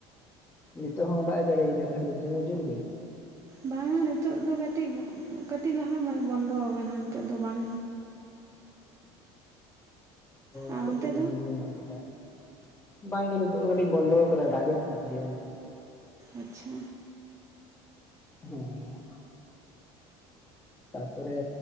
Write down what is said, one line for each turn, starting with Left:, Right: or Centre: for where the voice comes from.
Left: ᱱᱤᱛᱚᱜ ᱦᱚᱸᱜ ᱫᱟᱜ ᱮ ᱡᱟᱲᱤᱭᱮᱫᱟ ᱛᱟᱦᱚᱞᱮ ᱫᱚᱢᱮ ᱡᱩᱨ ᱜᱮ?
Right: ᱵᱟᱝᱟ ᱱᱤᱛᱚᱜ ᱫᱚ ᱠᱟᱹᱴᱤᱡ, ᱠᱟᱹᱴᱤᱡ ᱞᱟᱦᱟ ᱢᱟᱱᱮ ᱵᱚᱱᱫᱚ ᱟᱠᱟᱱᱟ ᱱᱤᱛᱚᱜ ᱫᱚ ᱵᱟᱝ᱾ ᱟᱨ
Left: ᱱᱤᱛᱳ
Right: ᱚᱱᱛᱮ
Left: ᱫᱚ <inaudible> ᱵᱟᱹᱱᱩᱜ ᱟᱠᱟᱫᱟ᱾ ᱵᱟᱝ ᱜᱮ ᱱᱤᱛᱚᱜ ᱠᱟᱹᱴᱤᱡ ᱵᱚᱱᱫᱚ ᱠᱟᱫᱟᱭ, ᱫᱟᱜ ᱮᱜ ᱛᱟᱦᱮᱸᱫ ᱜᱮᱭᱟ ᱛᱚ᱾
Right: ᱟᱪᱪᱷᱟ᱾
Left: ᱦᱮᱸ ᱛᱟᱯᱚᱨᱮ